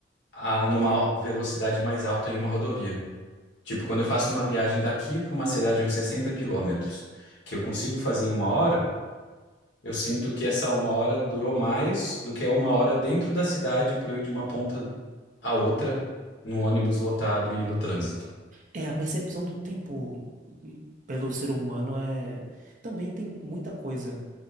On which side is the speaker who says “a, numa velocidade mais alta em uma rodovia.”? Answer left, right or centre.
Left